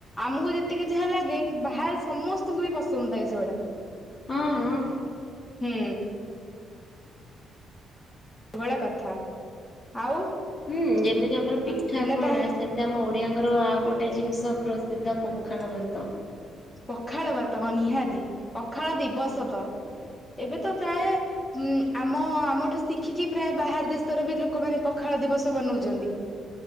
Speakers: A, on the left (about 20°); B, on the left (about 40°).
A: ଆମକୁ ଯେତିକି ଯାହା ଲାଗେ ବାହାରେ ସମସ୍ତଙ୍କୁ ବି ପସନ୍ଦ ଲାଗେ ସେଗୁଡା
B: ହଁ ହଁ
A: ହୁଁ ଭଳିଆ କଥା ଆଉ
B: ହୁଁ ଯେମିତି ଆମର ପିଠାପଣା
A: ଏଇନା ତାହା
B: ସେମ ଆମ ଓଡିଆଙ୍କର ଆଉ ଗୋଟେ ଜିନିଷ ପ୍ରସିଦ୍ଧ ପଖାଳ ଭାତ
A: ପଖାଳ ଭାତ ହଁ ନିହାତି ପଖାଳ ଦିବସ ତ ଏବେ ତ ପ୍ରାୟ ଉଁ ଆମ ଆମଠୁ ଶିଖିକି ପ୍ରାୟ ବାହାର ଦେଶର ବି ଲୋକମାନେ ପଖାଳ ଦିବସ ବନଉଛନ୍ତି